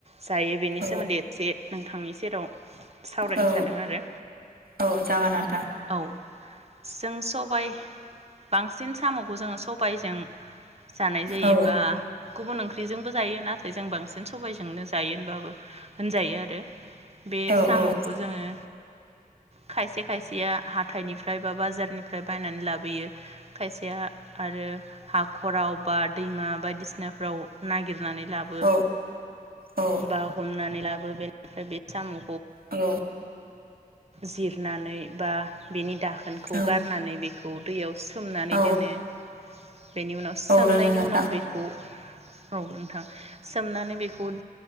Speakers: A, on the right (about 45°); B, on the right (about 85°).
A: जायो बेनि
B: औ
A: सोमोन्दै एदसे नोंथांनि सेराव सावरायनो
B: औ
A: सानदों आरो
B: औ जागोन नोंथां
A: औ। जों सबाय बांसिन सामखौ जोङो सबायजों जानाय जायोबा
B: औ
A: गुबुन ओंख्रिजों बो जायो नाथाय जों बांसिन सबायजोंनो जायो होनबाबो होनजायो आरो बे
B: औ
A: साम'खौ
B: औ
A: जोङो खायसे खायसेया हाथाइनिफ्राय बा बाजारनिफ्राय बायनानै लाबोयो। खायसेया आरो हाखराव बा दैमा बायदिसिनाफ्राव नागिरनानै। ब्लाबो
B: औ औ
A: बा हमनानै लाबो बेनिफ्राय बे साम'।
B: औ
A: जिरनानै बा बेनि दाखोनखौ
B: औ
A: गारनानै बेखौ उदैयाव सोमनानै
B: औ
A: दोनो। बेनि उनाव सोमनायनि
B: औ रोङो नोंथां
A: उनाव बेखौ औ नोंथां सोमनानै बेख उद